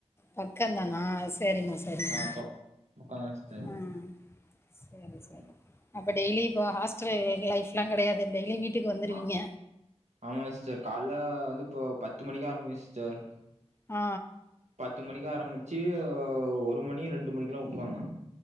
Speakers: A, on the left; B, on the right.
A: பக்கதானா செரிமா செரிமா
B: ஆ ப பக்கந்தா சிஸ்டர்
A: அ செரி செரி
B: ம்
A: அப்ப டெய்லி இப்போ ஹாஸ்டல் லைஃப் லா கடயாது டெய்லி வீட்டுக்கு வந்துருவீங்க
B: ஆ ஆமா சிஸ்டர் கால்ல வந்து இப்போ பத்து மணிக்கு ஆரம்பிக்கு சிஸ்டர்
A: அ
B: பத்து மணிக்கு ஆரம்பிச்சு ஒரு மணி ரெண்டு மணிக்லா உட்ருவாங்க